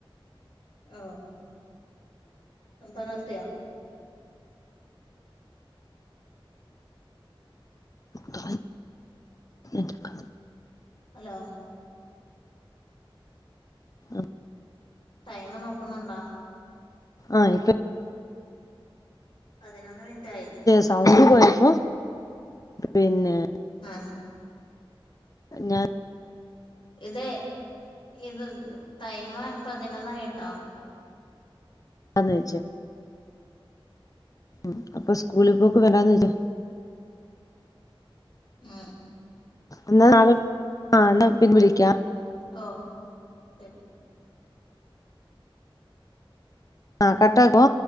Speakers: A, on the left; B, on the left.
A: ആ പ്പ നിർത്തിയോ
B: ത എ <unintelligible>
A: ഹലോ
B: ആഹ് <unintelligible>
A: ടൈമ് നോക്കണണ്ടോ
B: ആഹ് ഇപ്പൊ
A: പതിനൊന്ന് മിനിറ്റായി
B: സൗണ്ട് പോയപ്പ പിന്നെ
A: ആഹ്
B: ഞാൻ
A: ഇതെ ഇത് ടൈമ് പതിനൊന്നായിട്ടോ
B: അന്ന് വെച്ച ഉ അപ്പൊ സ്കൂളിപ്പോക്കെ വേണ്ടന്ന് വച്ചാ
A: ആ
B: എന്നാ ആ എന്നാ പിന്നെ വിളിക്ക
A: ഓ ശെരി
B: ആഹ് കട്ടാാക്കോ